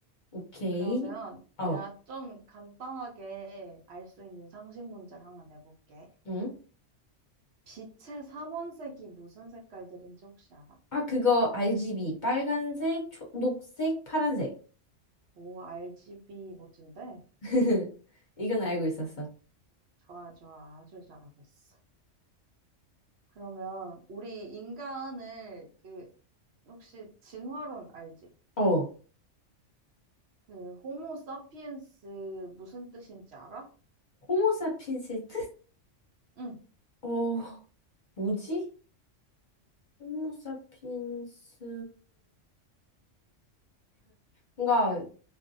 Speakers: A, on the left; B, on the right.
A: 오케이.
B: 그러면
A: 어,
B: 내가 좀 간단하게 알 수 있는 상식 문제를 하나 내볼게.
A: 응?
B: 빛의 삼원색이 무슨 색깔들인지 혹시 알아?
A: 아, 그거 RGB. 빨간색, 초, 녹색, 파란색.
B: 오, RGB 멋진데?
A: <laughs> 이건 알고 있었어.
B: 좋아, 좋아. 아주 잘하고 있어. 그러면 우리 인간을 그 혹시 진화론 알지?
A: 어,
B: 그 호모 사피엔스 무슨 뜻인지 알아?
A: 호모사핀스 뜻?
B: 응,
A: 어, 뭐지? 호모사핀스. 뭔가